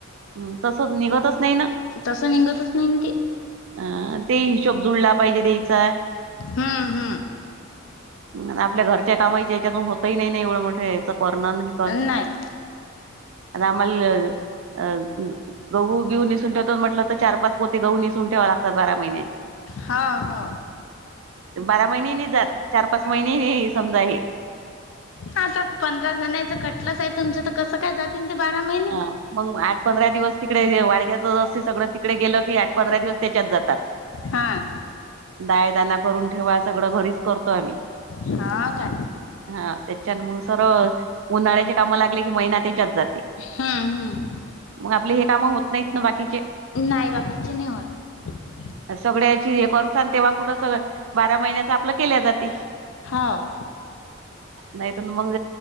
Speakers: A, on the right; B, on the left.
A: हम्म तसंच निघतच नाही ना.
B: तस निघतच नाही की.
A: अ ते हिशोब जुळला पाहिजे द्यायचा.
B: हा हा.
A: मग आपल्या घरच्या कामाचे याच्यातून होतही नाही नाही एवढं मोठं याच करण हे करण.
B: नाही
A: आता आम्हाल अ गहू बिऊ निसून ठेवतो, म्हटलं तर चार पाच पोती गहू निसळून ठेवाय लागतात बारा महिन्याचे.
B: हा हो.
A: बारा महिने नाही जात. चार पाच महिने हे समजा हे
B: आता पंधराजण आहेत. कटलंच आहे तुमचं तर कसं काय जातीन ते बारा महिन
A: हा मग आठ पंधरा दिवस तिकडे व्यवहार घ्यायचा असतोय सगळं तिकडे गेलो की आठ पंधरा दिवस त्याच्यात जातात.
B: हा.
A: दाय दाना करून ठेवा, सगळं घरीच करतोय आम्ही.
B: हो काय
A: हा त्याच्या मग स रोज उन्हाळ्याचे कामं लागले की महिना त्याच्यात जाते.
B: हम्म हम्म.
A: मग आपले हे कामं होत नाहीत ना बाकीचे.
B: नाही बाकीचे नाही. <unintelligible>
A: सगळ्याची एक वर्सान तेव्हा कुठं सगळ बारा महिन्याच आपलं केल्या जाती.
B: हाव.
A: नाही तर मग,